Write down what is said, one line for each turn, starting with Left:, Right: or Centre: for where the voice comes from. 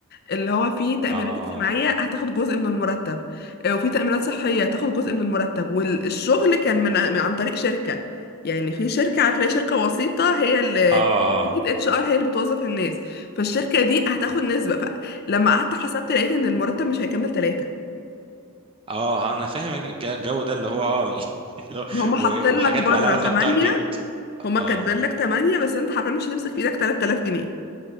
Left: اللي هو فيه تامينات
Right: اه
Left: اجتماعيه هتاخد جزء من المرتب آه، وفي تامينات صحيه هتاخد جزء من المرتب والشغل كان من من- عن طريق شركه يعني في شركه عارف اللي هي شركه وسيطه هي اللي
Right: اه
Left: شركه اتش ار هي اللي بتوظف الناس فالشركه دي هتاخد نسبه فلما قعدت حسبت لقيت ان المرتب مش هيكمل ثلاثه
Right: اه انا فاهم الج- الجو ده اللي هو اه <laughs> اللي هو-
Left: هم حاطين
Right: و- وحاجات
Left: لك بره
Right: بقى لها علاقه
Left: 8
Right: بتارجت
Left: هما
Right: اه
Left: كاتبين لك 8 بس انت حرفيا مش هتمسك في ايدك 3000 جنيه